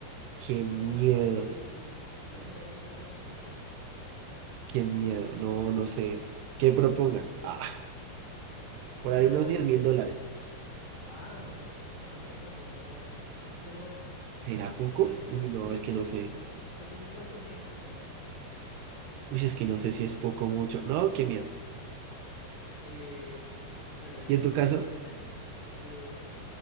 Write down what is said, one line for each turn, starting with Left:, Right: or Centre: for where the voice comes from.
Right: qué
Left: y son
Right: miedo,
Left: como fácil 100 o 200 metros de altura.
Right: qué miedo. No, no sé. ¿Qué propongan? Ah, por
Left: Pero,
Right: ahí unos diez mil dólares.
Left: ah, bastante poco, en verdad. Pero,
Right: ¿Será
Left: ok,
Right: poco?
Left: tu precio,
Right: Uy,
Left: el
Right: no,
Left: precio
Right: es que
Left: de
Right: no sé.
Left: tu, de tus miedos son diez mil dólares.
Right: Uy, es que no sé si es poco o mucho. No, qué miedo.
Left: Eh, bueno, yo
Right: ¿Y en tu
Left: por
Right: caso?
Left: mi parte, eh,